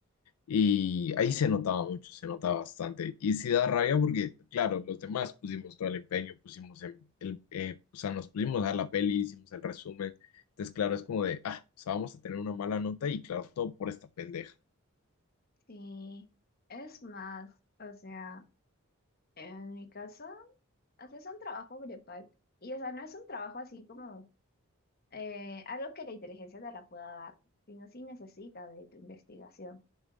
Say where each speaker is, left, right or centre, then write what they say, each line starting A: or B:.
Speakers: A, on the left; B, on the left.
A: Y ahí se notaba mucho, se notaba bastante. Y sí da rabia porque, claro, los demás pusimos todo el empeño, pusimos el, el- eh, o sea, nos pusimos a ver la peli, hicimos el resumen. Entonces, claro, es como de, ah, o sea, vamos a tener una mala nota y claro, todo por esta pendeja.
B: Sí, es más, o sea, en mi caso, o es un trabajo grupal y, o sea, no es un trabajo así como eh, algo que la inteligencia te la pueda dar, sino si necesita de tu investigación.